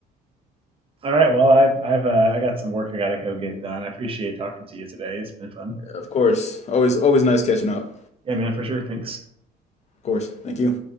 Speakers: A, on the right; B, on the left.
A: All right, well, I've I've uh, I got some work I got to go get done. I appreciate talking to you today. It's been fun.
B: <laughs> of course always always nice catching up
A: Yeah, man, for sure. Thanks.
B: of course thank you